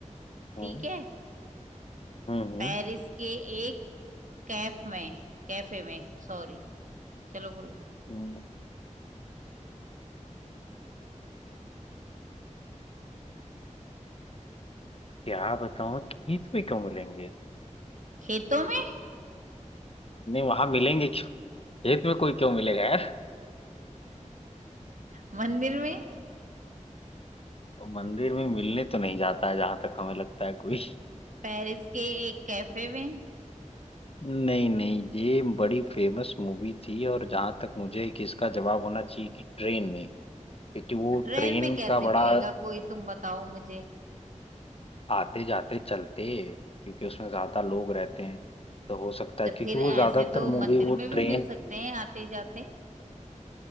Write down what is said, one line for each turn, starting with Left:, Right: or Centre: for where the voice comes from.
Left: हम्म
Right: ठीक है
Left: हम्म हम्म।
Right: पेरिस के एक कैफ में कैफे में सॉरी चलो बोलो
Left: हम्म। क्या बताऊँ खेत में क्यों मिलेंगे
Right: खेतों में
Left: नहीं वहां मिलेंगे क्यों खेत में कोई क्यों मिलेगा यार
Right: मंदिर में
Left: और मंदिर में मिलने तो नहीं जाता है जहां तक हमें लगता है कोई
Right: पेरिस के एक कैफे में
Left: नहीं नहीं ये बड़ी फेमस मूवी थी और जहां तक मुझे कि इसका जवाब होना चाहिए कि ट्रेन में क्योंकि वो
Right: ट्रेन
Left: ट्रेन
Right: में कैसे
Left: का बड़ा
Right: मिलेगा कोई तुम बताओ मुझे
Left: आते जाते चलते क्योंकि उसमें ज्यादा लोग रहते हैं तो हो सकता है
Right: तो
Left: क्योंकि
Right: फिर
Left: वो
Right: ऐसे
Left: ज्यादातर
Right: तो
Left: मूवी
Right: मंदिर
Left: वो
Right: में भी
Left: ट्रेन
Right: मिल सकते हैं आते जाते